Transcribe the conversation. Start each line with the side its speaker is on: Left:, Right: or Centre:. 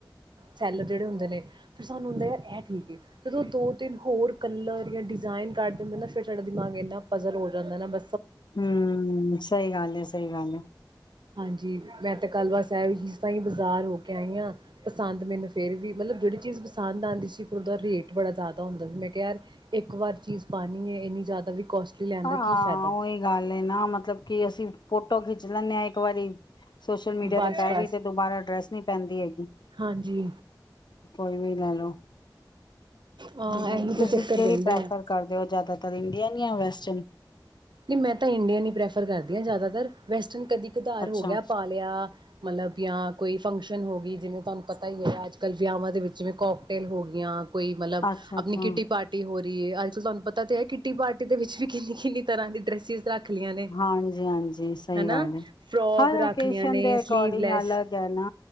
Right: ਸੈਲਰ ਜਿਹੜੇ ਹੁੰਦੇ ਨੇ ਫਿਰ ਸਾਨੂੰ ਹੁੰਦਾ ਆ ਇਹ ਠੀਕ ਜਦੋਂ ਦੋ ਤਿੰਨ ਹੋਰ ਕਲਰ ਜਾਂ ਡਿਜ਼ਾਇਨ ਕੱਢ ਦਿੰਦੇ ਨਾ ਫਿਰ ਸਾਡਾ ਦਿਮਾਗ ਇੰਨਾ ਪਜ਼ਲ ਹੋ ਜਾਂਦਾ ਨਾ ਬ
Left: ਹੂੰ ਸਹੀ ਗੱਲ ਏ ਸਹੀ ਗੱਲ ਏ।
Right: ਹਾਂਜੀ ਮੈਂ ਤਾਂ ਕੱਲ੍ਹ ਬਸਹਿ ਜਿਸ ਤ ਹੀ ਬਾਜ਼ਾਰ ਹੋ ਕੇ ਆਈ ਹਾਂ ਪਸੰਦ ਮੈਨੂੰ ਫੇਰ ਵੀ ਮਤਲਬ ਜਿਹੜੀ ਚੀਜ਼ ਪਸੰਦ ਆਉਂਦੀ ਸੀ ਫਿਰ ਉਹਦਾ ਰੇਟ ਬੜਾ ਜ਼ਿਆਦਾ ਪ ਹੁੰਦਾ ਸੀ ਮੈਂ ਕਿਹਾ ਯਾਰ ਇੱਕ ਵਾਰ ਚੀਜ਼ ਪਾਉਣੀ ਹੈ ਇੰਨੀ ਜ਼ਿਆਦਾ ਵੀ ਕੋਸਟਲੀ ਲੈਣ
Left: ਹਾਂ
Right: ਦਾ ਕੀ ਫਾਇਦਾ
Left: ਉਹੀ ਗੱਲ ਨਾ ਮਤਲਬ ਕਿ ਅਸੀਂ ਫੋਟੋ ਖਿੱਚ ਲੈਂਦੇ ਹਾਂ ਇੱਕ ਵਾਰੀ ਸੋਸ਼ਲ ਮੀਡੀਆ
Right: ਬਸ
Left: ਤੇ ਪੈ
Right: ਬਸ
Left: ਗਈ ਤੇ ਦੁਬਾਰਾ ਅਡਰੈਸ ਨਹੀਂੀ ਪੈਂਦੀ ਹੈਗੀ।
Right: ਹਾਂਜੀ
Left: ਕੋਈ ਵੀ ਲੈ ਲੋ।
Right: ਹਾਂ
Left: ਹੂੰ
Right: ਇਹੀ ਤਾਂ
Left: ਤੁਸੀਂ
Right: ਚੱਕਰ
Left: ਕਿਹੜੀ
Right: ਰਹਿੰਦਾ
Left: ਪ੍ਰੈਫਰ
Right: ਆ
Left: ਕਰਦੇ ਹੋ ਜ਼ਿਆਦਾ ਇੰਡੀਅਨ ਜਾਂ ਵੈਸਟਰਨ
Right: ਨਹੀਂ ਮੈਂ ਤਾਂ ਇੰਡੀਅਨ ਹੀ ਪ੍ਰੈਫਰ ਕਰਦੀ ਹਾਂ ਜ਼ਿਆਦਾਤਰ ਵੈਸਟਰਨ ਕਦੀ ਕਧਾਰ
Left: ਅੱਛਾ
Right: ਹੋ ਗਿਆ ਪਾ ਲਿਆ ਮਤਲਬ ਜਾਂ ਕੋਈ ਫੰਕਸ਼ਨ ਹੋ ਗਈ ਜਿਵੇਂ ਤੁਹਾਨੂੰ ਪਤਾ ਹੀ ਹੈ ਅੱਜ ਕੱਲ੍ਹ ਵਿਆਹਾਂ ਦੇ ਵਿੱਚ ਜਿਵੇਂ ਕੋਕਟੇਲ ਹੋ ਗਈਆਂ। ਕੋਈ ਮਤਲਬ
Left: ਅੱਛਾ
Right: ਆਪਣੀ
Left: ਅੱਛਾ
Right: ਕਿੱਟੀ ਪਾਰਟੀ ਹੋ ਏ ਅੱਜਕਲ ਤੁਹਾਨੂੰ ਪਤਾ ਤਾਂ ਹੈ ਕਿੱਟੀ ਪਾਰਟੀ ਦੇ ਵਿੱਚ ਵੀ ਕਿੰਨੀ ਕਿੰਨੀ ਤਰ੍ਹਾਂ ਦੀ ਡਰੈਸਿਸ ਲਈਆਂ ਨੇ
Left: ਹਾਂਜੀ -ਹਾਂਜੀ ਸਹੀ
Right: ਹਨਾ
Left: ਗੱਲ ਹੈ
Right: ਫਰੋਕ
Left: ਹਰ ਓਕੇਸ਼ਨ
Right: ਰੱਖ ਲਈਆਂ ਨੇ
Left: ਦੇ ਅਕੋਡਿੰਗ
Right: ਸਲੀਵਲੈਸ
Left: ਅਲਗ ਹੈ ਨਾ